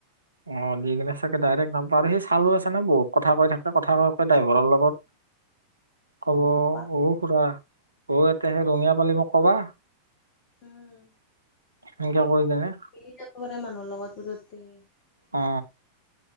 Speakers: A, on the right; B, on the left.
A: অ দি কিনে চাগে ডাইৰেক্ট নাপা আৰু সেই চালো আছে ন বহুত কথা কৈ থাকে কথা কৈ কৈ ড্ৰাইভাৰৰ লগত কব
B: অ পাৰে
A: অহ খুৰা অ এতিয়া সেই ৰঙিয়া পালে মোক কবা
B: উম
A: এনকে কৈ কিনে,
B: মিলি যাব পাৰে মানুহৰ লগত পতকেনী।
A: অ